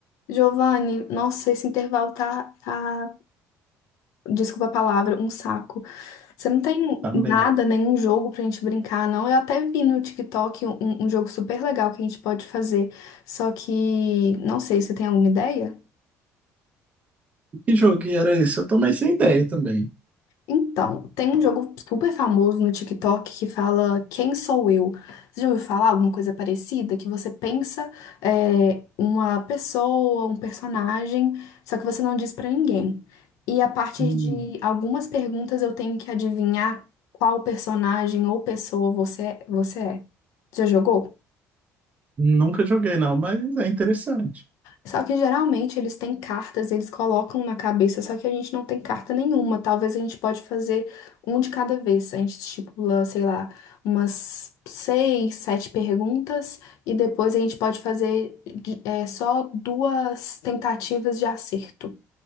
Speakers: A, on the left; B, on the right.
A: Giovanni, nossa, esse intervalo tá, tá, desculpa a palavra, um saco. Você não tem
B: Tá mesmo.
A: nada, nenhum jogo pra gente brincar, não? Eu até vi no TikTok um, um jogo super legal que a gente pode fazer, só que não sei, você tem alguma ideia?
B: Que jogo que era esse? Eu tomei sem ideia também.
A: Então, tem um jogo super famoso no TikTok que fala Quem Sou Eu? Você já ouviu falar alguma coisa parecida? Que você pensa é, uma pessoa, um personagem, só que você não diz pra ninguém. E a partir
B: Hum,
A: de algumas perguntas eu tenho que adivinhar qual personagem ou pessoa você, você é. Já jogou?
B: nunca joguei, não, mas é interessante.
A: Só que geralmente eles têm cartas, eles colocam na cabeça, só que a gente não tem carta nenhuma. Talvez a gente pode fazer um de cada vez. A gente estipula, sei lá, umas seis, sete perguntas e depois a gente pode fazer de- é, só duas tentativas de acerto,